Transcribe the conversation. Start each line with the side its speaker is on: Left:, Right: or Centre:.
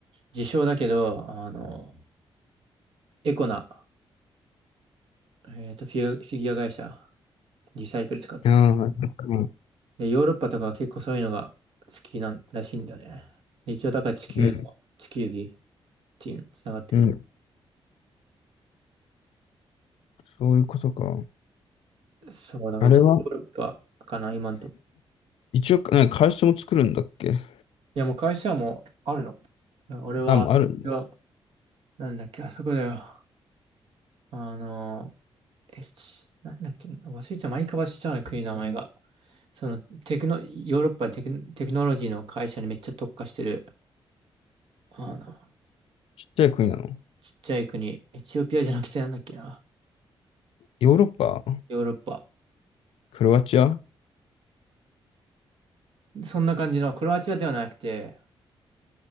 Right: 自称だけど、あの、エコな、えっと、フィギュア、フィギュア会社、リサイクル使ってる。
Left: ああ、そっか
Right: で、ヨーロッパとかは結構そういうのが好きなんらしいんだよね。で一応だから地球の、
Left: うん
Right: 地球儀っていうのつながってくる。
Left: うん。そういうことか。
Right: そう、だから1ヨーロッパかな、
Left: あれは
Right: 今んとこ。
Left: 一応、なんか会社も作るんだっけ
Right: いや、もう会社もあるの。俺は、
Left: あ、もうあるんだ。
Right: いやなんだっけ、あそこだよ。あの、え、ちなんだっけ、忘れちゃう、毎回忘れちゃうね国の名前が。その、テクノ、ヨーロッパテク、テクノロジーの会社にめっちゃ特化してる、あの、
Left: ちっちゃい国なの。
Right: ちっちゃい国、エチオピアじゃなくてなんだっけな、
Left: ヨーロッパ
Right: ヨーロッパ。
Left: クロアチア
Right: そんな感じの、クロアチアではなくて、